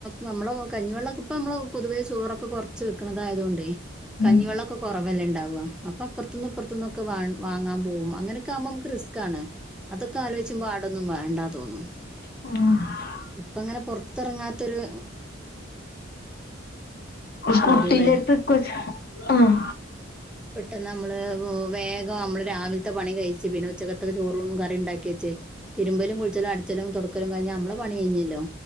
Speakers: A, in the centre; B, on the left.
A: നമ്മള കഞ്ഞിവെള്ളംക്കെ ഇപ്പ നമ്മള് പൊതുവെ ചോറൊക്കെ കുറച്ച് വെക്കണതായതുകൊണ്ടേ കഞ്ഞിവെള്ളംക്കെ
B: ഉം
A: കുറവല്ലേ ഉണ്ടാവുവവാ അപ്പൊ അപ്പറത്തന്നും അപ്പറത്തന്നൊക്കെ വാങ്ങാൻ പോകും അങ്ങനൊക്കെ ആുമ്പോ നമു റിസ്ക്ക് ആണ് അതൊക്കെ ആലോചുമ്പോ അതൊന്നും വേണ്ടാ തോന്നുന്നു
B: ആഹ്
A: ഇപ്പ അങ്ങനെ പൊറത്തിറങ്ങാത്തൊരു
B: കുട്ടിതേട്ത്കൊ
A: പൊതുവെ
B: ആഹ്
A: പെട്ടെന്ന് നമ്മള് വേഗം നമ്മള് രാവിലത്തെ പണി കഴിച്ച് പിന്നെ ഉച്ചക്കത്തക്കെ ചോറും കറി ഉണ്ടാക്കി വച്ച് തിരുമ്പലും കുളിച്ചലും അടിച്ചലും തുടക്കലും കഴിഞ്ഞാ നമ്മള് പണി കഴിഞ്ഞല്ലോ